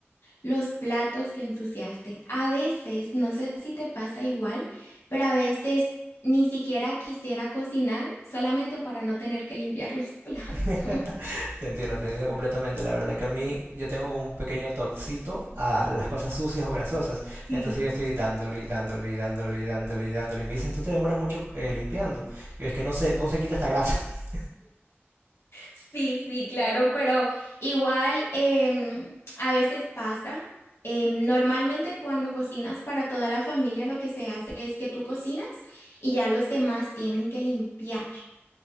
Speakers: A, on the left (about 70°); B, on the right (about 70°).
A: los platos que ensuciaste. A veces, no sé si te pasa igual, pero a veces ni siquiera quisiera cocinar solamente para no tener que limpiar los platos.
B: <laughs> Te entiendo, te entiendo completamente. La verdad que a mí yo tengo como un pequeño toxito a las cosas sucias o grasosas.
A: <laughs>
B: Entonces yo estoy dándole y dándole y dándole y dándole y dándole. Y me dicen, tú te demoras mucho eh, limpiando. Yo es que no se, no se quita esta grasa. <laughs>
A: Sí, sí, claro, pero igual em, a veces pasa. Em, normalmente cuando cocinas para toda la familia lo que se hace es que tú cocinas y ya los demás tienen que limpiar.